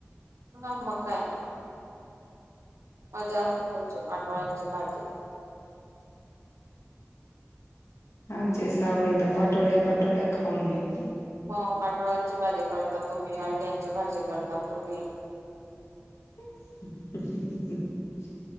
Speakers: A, on the right (about 85°); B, on the left (about 85°).
A: हा म काय मजा असते तुमची पाटोळ्यांची भाजी
B: आमचे सावळे तर पाटोड्या पाटोड्या खाऊन घेत
A: मग पाटोळ्यांची भाजी करता तुम्ही अंड्यांची भाजी करता तुम्ही
B: <unintelligible>